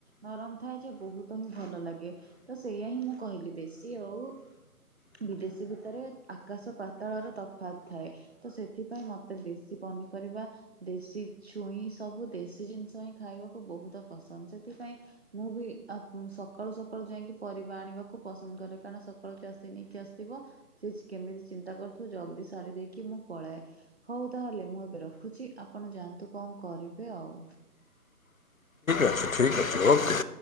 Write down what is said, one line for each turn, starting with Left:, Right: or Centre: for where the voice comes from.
Right: ନରମ ଥାଏ ଯେ ବହୁତ ହିଁ ଭଲ ଲାଗେ। ତ ସେଇଆ ହିଁ ମୁଁ କହିଲି। ଦେଶୀ ଓଉ ବିଦେଶୀ ଭିତରେ ଆକାଶ ପାତାଳର ତଫାତ୍ ଥାଏ। ତ ସେଥିପାଇଁ ମତେ ଦେଶୀ ପନିପରିବା ଦେଶୀ ଛୁଇଁ ସବୁ ଦେଶୀ ଜିନିଷ ହିଁ ଖାଇବାକୁ ବହୁତ ପସନ୍ଦ। ସେଥିପାଇଁ ମୁଁ ବି ଆପ୍ ସକାଳୁ ସକାଳୁ ଯାଇକି ପରିବା ଆଣିବାକୁ ପସନ୍ଦ କରେ। କାରଣ ସକାଳୁ ଚାଷୀ ନେଇକି ଆସିଥିବ। ସିଚ୍ କେମିତି ଚିନ୍ତା କରୁଥିବୁ ଜଲ୍ ଦି ସାରି ଦେଇକି ମୁଁ ପଳାଏ। ହଉ ତାହେଲେ ମୁଁ ଏବେ ରଖୁଛି। ଆପଣ ଯାଆନ୍ତୁ କଣ କରିବେ ଆଉ।
Left: ଆଚ୍ଛା ଠିକ୍ ଅଛି ଓକେ।